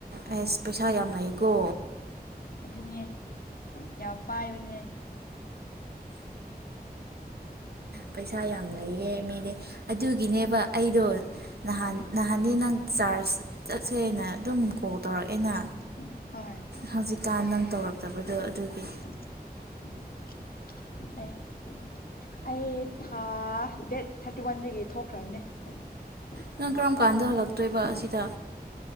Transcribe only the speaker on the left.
ꯑꯗꯨꯅꯦ ꯌꯥꯝ ꯄꯥꯏꯕꯅꯦ
ꯍꯣꯏ
ꯑꯩ
ꯑꯩ
ꯊꯥ ꯗꯦꯠ ꯊꯥꯔꯇꯤ ꯋꯥꯟꯗꯒꯤ ꯊꯣꯛꯈ꯭ꯔꯕꯅꯦ